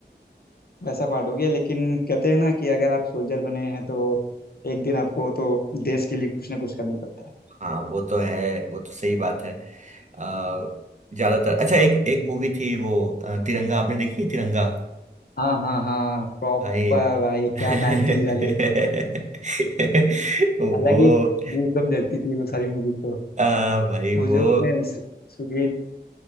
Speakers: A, on the left; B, on the right.
A: वैसा पार्ट हो गया लेकिन कहते हैं ना कि अगर आप सोल्जर बने हैं तो एक दिन आपको तो देश के लिए कुछ ना कुछ करना ही पड़ता है
B: हाँ वो तो है वो तो सही बात है अ, ज्यादातर अच्छा एक एक मूवी थी वो अ, तिरंगा आपने देखी है तिरंगा
A: हाँ हाँ हाँ प्रॉपर
B: हाय
A: भाई
B: <laughs>
A: क्या नाइनटीज वाली
B: वो
A: अलग ही गूजबम्प देती थी वो सारी मूवीज तो
B: आ, भाई
A: वो
B: वो
A: जो उसमें सु- सुगे